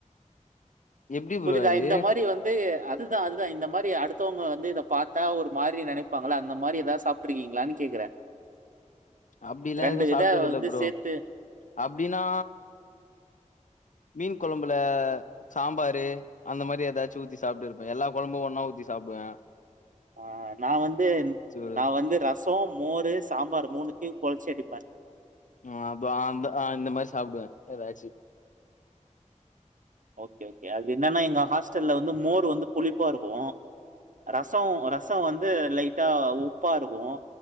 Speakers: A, on the left; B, on the right.
A: எப்டி ப்ரோ
B: புரியுதா
A: அது
B: இந்த மாரி வந்து அதுதான் அதுதான் இந்த மாரி அடுத்து மத்தொங்க வந்து இத பாத்தா ஒரு மாரி நனைப்பாங்களா அந்த மாரி எதாவது சாப்ட்டுருக்கீங்களான்னு கேக்குறன்
A: அப்டிலா
B: ரெண்டு
A: எதுவு
B: இத
A: சாப்ட்டது
B: வந்து
A: இல்ல ப்ரோ
B: சேத்து
A: அப்டின்னா மீன் கொழம்புல சாம்பாரு அந்த மாரி ஏதாச்சும் ஊத்தி சாப்ட்டு இருப்பேன் எல்லா கொழம்பும் ஒன்னா ஊத்தி சாப்புடுவன்
B: ஆ நா வந்து
A: ஒரு
B: நா வந்து ரசம் மோரு சாம்பார் மூணுத்தியும் கொழச்சி அடிப்பன்
A: ஆ அப்ப அந்த இந்த மாரி சாப்பிடுவன் ஏதாச்சு
B: ஓகே ஓகே அது என்னன்னா எங்க ஹாஸ்டல்ல வந்து மோர் வந்து புளிப்பா இருக்கும் ரசோம் ரசோ வந்து லைட்டா உப்பா இருக்கும்